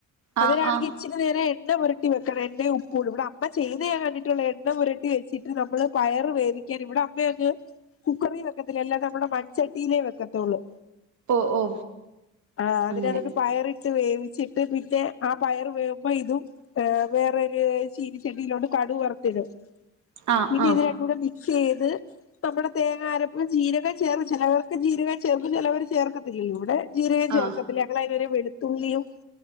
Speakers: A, on the right (about 70°); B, on the left (about 45°).
A: ആ
B: അങ്ങനാണെങ്കി
A: ആ
B: ഇച്ചിരി നേരം എണ്ണ പുരട്ടി വെക്കണം. എണ്ണയും ഉപ്പൂടെ, ഇവിടെ അമ്മ ചെയ്യുന്നത് ഞാൻ കണ്ടിട്ടുള്ളതാ. എണ്ണ പുരട്ടി വെച്ച് ട്ട് നമ്മള് പയറ് വേവിക്കാൻ. ഇവിടെ അമ്മയങ്ങ് കുക്കറിവെക്കത്തില്ല. എല്ലാം നമ്മുടെ മൺചട്ടിയിലേ വെക്കത്തൊള്ളൂ.
A: ഓ ഓ
B: ആ അതിനകത്ത്
A: അങ്ങനെ
B: പയറിട്ട് വേവിച്ചിട്ട്. പിന്നെ ആ പയർ വേവു മ്പ ഇതും വേറൊരു ചീനിച്ചട്ടിയിലോട്ട് കടു വറുത്തിടും.
A: ആ
B: പിന്നെ
A: ആ
B: ഇത് രണ്ടു കൂടെ മിക്സ് ചെയ്ത്, നമ്മുടെ തേങ്ങ അരപ്പ് ജീരകം ചേർക്കു ചിലവർക്ക് ജീരകം ചേർക്കു, ചിലവര് ചേർക്കത്തില്ല. ഇവിടെ, ജീരകം ചേർക്കത്തില്ല.
A: ആ
B: ഞങ്ങള് അതിനു പകരം വെളുത്തുള്ളിയും,